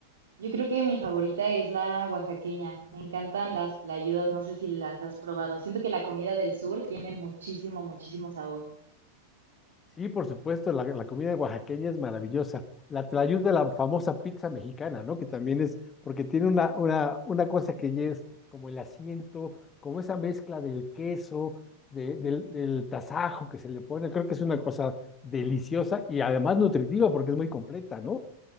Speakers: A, on the right (about 65°); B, on the left (about 20°).
A: Yo creo que mi favorita es la oaxaqueña. Me encantan las tlayudas, no sé si las has probado. Siento que la comida del sur tiene muchísimo, muchísimo sabor.
B: Sí, por supuesto, la, la comida oaxaqueña es maravillosa. La tlayuda de la famosa pizza mexicana, ¿no? Que también es, porque tiene una, una, una cosa que ya es como el asiento, como esa mezcla del queso, de- del, del tasajo que se le pone. Creo que es una cosa deliciosa y además nutritiva porque es muy completa, ¿no?